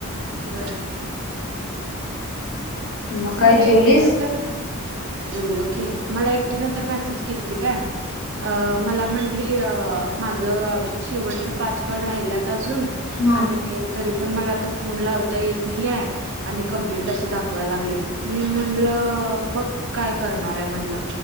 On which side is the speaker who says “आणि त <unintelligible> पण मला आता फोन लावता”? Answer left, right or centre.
Right